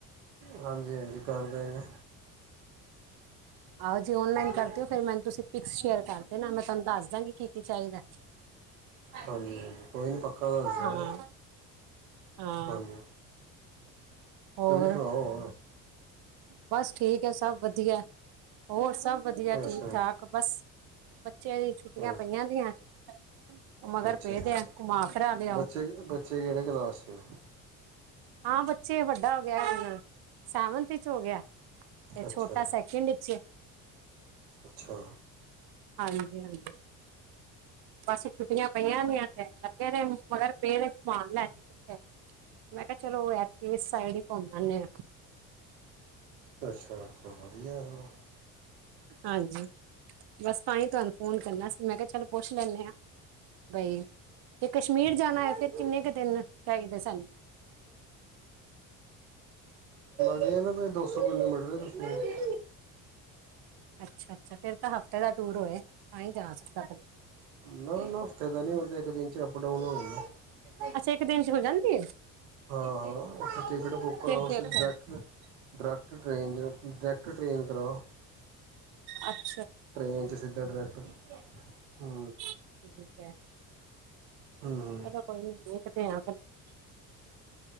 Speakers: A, on the right; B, on the right.
A: ਹਾਂਜੀ, ਹਾਂਜੀ ਕਰਦਾਂਗੇ।
B: ਆਹੋ ਜੀ ਓਨਲਾਈਨ
A: ਹਾਂਜੀ
B: ਕਰਦੇ ਓ ਫੇਰ ਤੁਸੀਂ ਮੈਂਨੂੰ ਪਿਕਸ ਸ਼ੇਅਰ ਕਰਦੇ ਨਾ ਮੈਂ ਤੁਹਾਨੂੰ ਦੱਸਦਾਂਗੀ ਕੀ ਕੀ ਚਾਹੀਦਾ,
A: ਹਾਂਜੀ ਕੋਈ ਨਹੀਂ ਪੱਕਾ ਦੱਸ ਦਿਆਂਗੇ
B: ਹਾਂ- ਹਾਂ।
A: ਹਾਂਜੀ
B: ਹੋਰ
A: ਤੁਸੀਂ ਸੁਣਾਓ ਹੋਰ
B: ਬਸ ਠੀਕ ਹੈ, ਸਭ ਵਧੀਆ। ਹੋਰ ਸ ਸਭ ਵਧੀਆ
A: ਅੱਛਾ
B: ਠੀਕ-ਠਾਕ ਬਸ ਬੱਚਿਆਂ ਦੀ ਛੁੱਟੀਆਂ
A: ਹਾਂ
B: ਪਈਆਂ ਦੀਆਂ। <unintelligible> ਉਹ ਮਗਰ
A: ਅੱਛਾ-
B: ਪਏ
A: ਅੱਛਾ,
B: ਦੇ ਆ ਘੁਮਾ ਫਿਰਾ ਲਿਆਓ
A: ਬੱਚੇ-ਬੱਚੇ, ਕਿਹੜੀ ਕਲਾਸ ਚ
B: ਹਾਂ ਬੱਚੇ, ਵੱਡਾ ਹੋ ਗਿਆ ਹੁਣ, ਸੈਵਨਥ ਵਿਚ ਹੋ ਗਿਆ। ਤੇ
A: ਅੱਛਾ
B: ਛੋਟਾ, ਸੈਕਿੰਡ ਵਿੱਚ ਐ।
A: ਅੱਛਾ।
B: ਹਾਂਜੀ-ਹਾਂਜੀ। ਬਸ, ਛੁੱਟੀਆਂ ਪਈਆਂ ਦੀਆਂ, ਤੇ ਲਗੇ ਦੇ ਨੇ, ਮਗਰ ਪਏ ਦੇ ਨੇ, ਘੁੰਮਾਣ ਲੈਕੇ ਜਾਓ, ਮੈਂ ਕਿਹਾ ਚਲੋ ਐਤਕੀ ਇਸ ਸਾਈਡ ਹੀ ਘੁੰਮ ਆਨੇ ਆ।
A: ਅੱਛਾ- ਅੱਛਾ, ਵਧੀਆ ਹੈ।
B: ਹਾਂਜੀ। ਬਸ ਤਾਂ ਹੀ ਤੁਹਾਨੂੰ ਫੋਨ ਕਰਨਾ ਸੀ, ਮੈਂ ਕਿਹਾ ਚਲ ਪੁੱਛ ਲੈਂਦੇ ਹਾਂ ਬਈ, ਜੇ ਕਸ਼ਮੀਰ ਜਾਣਾ
A: ਹੂੰ
B: ਹੋਏ ਤੇ ਫਿਰ ਕਿੰਨੇ ਕੁ ਦਿਨ ਚਾਹੀਦੇ ਸਾਨੂੰ?
A: ਇਹ ਨਾ ਦੋ ਸੌ ਕਿਲੋਮੀਟਰ ਏ।
B: ਅੱਛਾ-ਅੱਛਾ, ਫੇਰ ਤਾਂ ਹਫ਼ਤੇ ਦਾ ਟੂਰ ਹੋਏ ਤਾਂ ਹੀ ਜਾ ਸਕਦੇ
A: ਨਾ-ਨਾ ਹਫ਼ਤੇ ਦਾ ਨੀ ਹੁਣ ਤਾ ਇਕ ਦਿਨ ਚ ਅੱਪ ਡਾਉਨ ਹੋਜੇਗਾ।
B: ਅੱਛਾ ਇੱਕ ਦਿਨ ਹੋ ਜਾਂਦੀ ਐ,
A: ਹਾਂ-ਹਾਂ, ਉੱਥੇ ਟਿਕਟ ਬੁੱਕ ਕਰਾਉ
B: ਕੇ
A: ਤੁਸੀ
B: ਉੱਥੇ
A: direct direct train direct train ਕਰਾਓ।
B: ਅੱਛਾ <unintelligible>
A: ਟ੍ਰੇਨ ਸਿੱਧਾ ਡਾਇਰੈਕਟ ਹੂੰ,
B: ਠੀਕ ਹੈ।
A: ਹੂੰ ਹੂੰ
B: ਚਲੋ ਕੋਈ ਨੀ, <unintelligible> ਵਾਂਗੇ ਤੁਹਾਨੂੰ